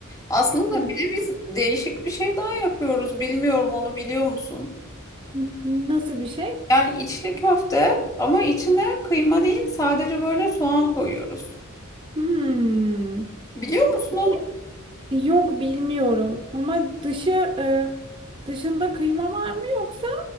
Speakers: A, on the left; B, on the right.
A: Aslında
B: Evet.
A: bir de biz değişik bir şey daha yapıyoruz. Bilmiyorum onu biliyor musun?
B: N- Nasıl bir şey?
A: Yani içli köfte ama içine kıyma değil sadece böyle soğan koyuyoruz.
B: Hmm.
A: Biliyor musun
B: Peki,
A: onu?
B: Yok bilmiyorum. Ama dışı e, dışında kıyma var mı yoksa